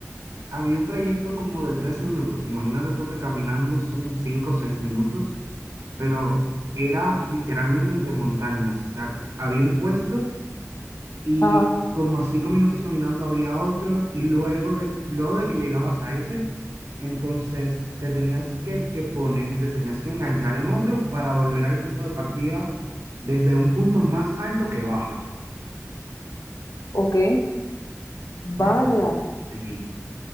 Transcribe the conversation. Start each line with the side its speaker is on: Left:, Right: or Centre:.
Right: había un trayecto como de tres minutos. Imagínate tú que caminando son cinco o seis minutos. pero era literalmente entre montañas. O sea, había un puesto y
Left: Ajá,
Right: como a cinco minutos caminando había otro y luego de, luego de que llegabas a ese, entonces te tenías que, que poner, te tenías que enganchar en otro para volver al punto de partida desde un punto más alto que baja.
Left: ok.
Right: O sea,
Left: Vaya.
Right: sí.